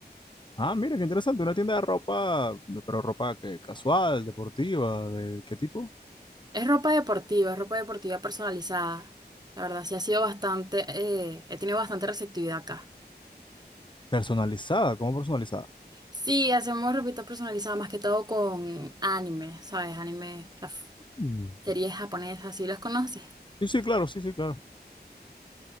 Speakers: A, on the left (about 25°); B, on the right (about 25°).
A: Ah, mira, qué interesante. Una tienda de ropa, de- pero ropa que casual, deportiva, ¿de qué tipo?
B: Es ropa deportiva, es ropa deportiva personalizada. La verdad, sí ha sido bastante, eh, he tenido bastante receptividad acá.
A: Personalizada, ¿cómo personalizada?
B: Sí, hacemos ropita personalizada más que todo con anime, ¿sabes? Anime, las f-
A: Mm.
B: series japonesas, ¿sí las conoces?
A: Sí, sí, claro, sí, sí, claro.